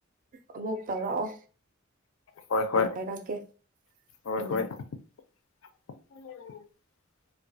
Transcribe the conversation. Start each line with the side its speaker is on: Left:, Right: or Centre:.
Right: ꯑꯃꯨꯛ ꯇꯧꯔꯛꯑꯣ
Left: ꯍꯣꯏ ꯍꯣꯏ
Right: ꯍꯥꯏꯔꯛꯀꯦ
Left: ꯍꯣꯏ
Right: ꯎꯝ
Left: ꯍꯣꯏ <unintelligible>